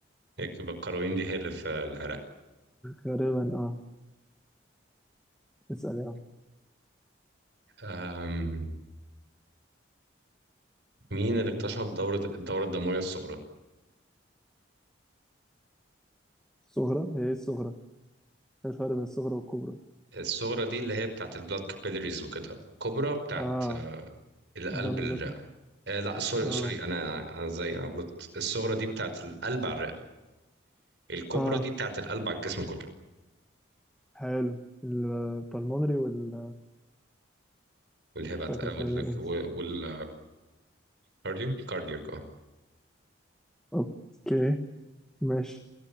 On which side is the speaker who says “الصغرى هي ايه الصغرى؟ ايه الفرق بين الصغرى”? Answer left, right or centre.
Centre